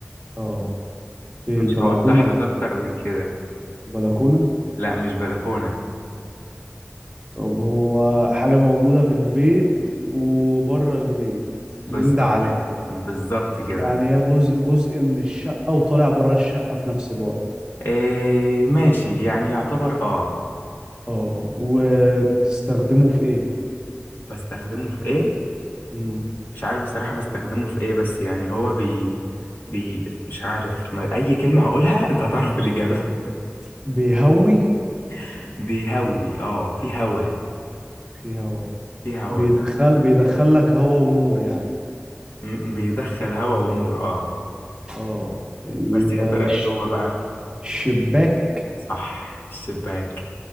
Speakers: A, on the right; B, on the left.
A: اه ايه
B: مش
A: البلكونة
B: هوضح
A: ولا
B: لك اكتر
A: ايه
B: من كده
A: البلكونة
B: لا مش بلكونه
A: طب هو حاجة موجودة في البيت وبره البيت
B: بالظبط
A: من ده على
B: كده
A: ده
B: بالظبط كده
A: يعني هي جزء جزء من الشقة وطالع بره الشقة في نفس الوقت
B: إيه ماشي يعني يعتبر اه
A: اه وبتستخدمه في ايه
B: بستخدمه في ايه
A: مم.
B: مش عارف بصراحه بستخدمه في ايه بس يعني هو بي بي مش عارف ما اي كلمه هقولها انت هتعرف الاجابه
A: بيهوي
B: <laughs> بيهوي اه في هوا
A: في هوا
B: في هوا
A: بيدخل بيدخل لك هوا ونور يعني
B: م- بيدخل هوا ونور اه
A: اه ال-
B: بس يا
A: الش-
B: ترى ايه هو بقى
A: الشباك
B: صح الشباك